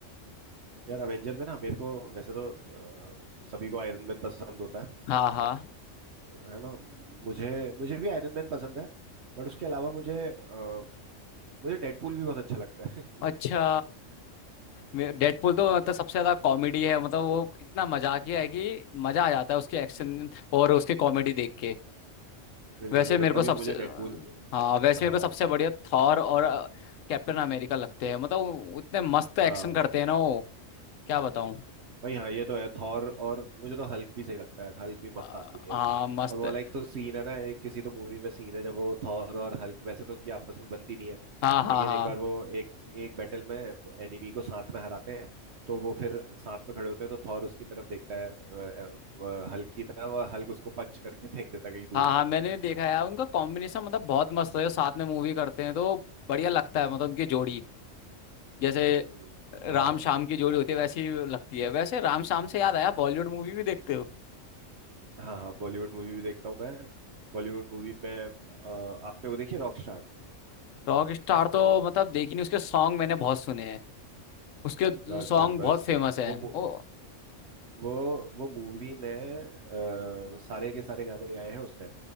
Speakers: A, on the right; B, on the left.
A: यार एवेंजर में ना मेरे को वैसे तो अ, सभी को आयरन मैन पसंद होता है
B: हाँ हाँ
A: है ना मुझे मुझे भी आयरन मैन पसंद है बट उसके अलावा मुझे अ, मुझे डेडपूल भी बहुत अच्छा लगता है
B: अच्छा डेडपुल
A: <laughs> हम्म।
B: तो मतलब सबसे ज्यादा कॉमेडी है मतलब वो इतना मजाकिया है कि मजा आ जाता है उसके एक्शन और उसकी कॉमेडी देख के
A: बिल्कुल
B: वैसे
A: बिल्कुल
B: मेरे को
A: तभी
B: सबसे
A: मुझे डेडपूल
B: हाँ वैसे
A: हाँ
B: मेरे को सबसे बढ़िया थॉर और कैप्टन अमेरिका लगते हैं मतलब वो उतने मस्त एक्शन
A: हाँ
B: करते हैं ना वो क्या बताऊं
A: भाई हाँ ये तो है थॉर और मुझे तो हल्क भी सही लगता है हल्क भी मस्त
B: अ,
A: आदमी है
B: हाँ
A: और
B: मस्त
A: वो वाला
B: है
A: एक तो सीन है ना एक किसी तो मूवी में सीन है जब वो थॉर और हल्क वैसे तो उनकी आपस में बनती नहीं है
B: हाँ हाँ
A: लेकिन
B: हाँ
A: एक बार वो एक एक बैटल में एनिमी को साथ में हराते हैं तो वो फिर साथ में खड़े होते हैं तो थॉर उसकी तरफ देखता है अ, अ, हल्क की तरफ और हल्क उसको पंच करके फेंक देता है कहीं दूर
B: हाँ हाँ मैंने देखा है उनका कॉम्बिनेशन मतलब बहुत मस्त है जो साथ में मूवी करते हैं तो बढ़िया लगता है मतलब उनकी जोड़ी जैसे
A: हम्म,
B: राम
A: हाँ
B: शाम की जोड़ी होती है वैसी लगती है वैसे राम शाम से याद आया बॉलीवुड मूवी भी देखते हो
A: हाँ हाँ बॉलीवुड मूवी भी देखता हूँ मैं बॉलीवुड मूवी में अ, आपने वो देखी रॉक स्टार
B: रॉक स्टार तो मतलब देखी नहीं उसके सॉन्ग मैंने बहुत सुने हैं उसके
A: बस
B: सॉन्ग
A: बस बस
B: बहुत फेमस हैं
A: वो मु-
B: ओ
A: वो वो मूवी में अ, सारे के सारे गाने गाए हैं उसने